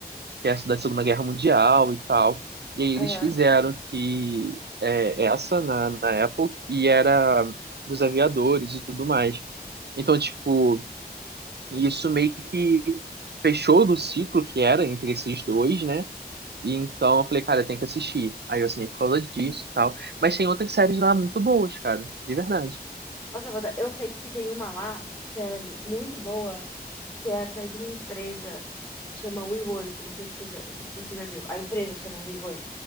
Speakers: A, on the right; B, on the left.
A: que é essa da Segunda Guerra Mundial e tal. E aí
B: Aham.
A: eles fizeram que é, essa na, na Apple e era dos aviadores e tudo mais. Então, tipo, isso meio que fechou do ciclo que era entre esses dois, né? E então eu falei, cara, tem que assistir. Aí eu assinei por causa disso e tal. Mas tem outras séries lá muito boas, cara. De verdade.
B: Nossa, eu vou dar- eu sei que tem uma lá que é muito boa, que é até de uma empresa, chama WeWork. Não sei que você já- não sei se você já viu. A empresa chama WeWork.